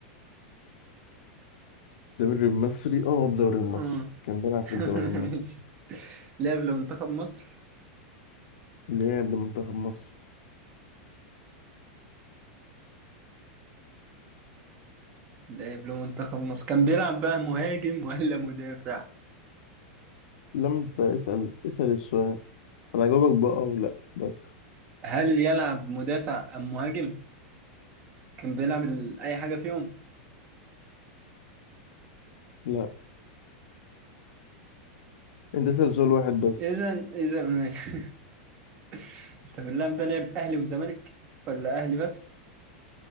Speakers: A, on the left; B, on the right.
A: الدوري المصري اه الدوري
B: اه
A: المصري كان بيلعب
B: <laughs>
A: في الدوري المصري
B: ماشي. لعب لمنتخب مصر
A: لعب لمنتخب مصر
B: لعب لمنتخب مصر كان بيلعب بقى مهاجم ولا مدافع
A: لم ت- اسأل اسأل السؤال انا هجاوبك بقى او لا بس
B: هل يلعب مدافع ام مهاجم كان بيلعب ال- اي حاجة فيهم
A: لا انت اسأل سؤال واحد بس
B: اذا اذا ماشي <laughs> طب اللاعب ده لعب اهلي وزمالك ولا اهلي بس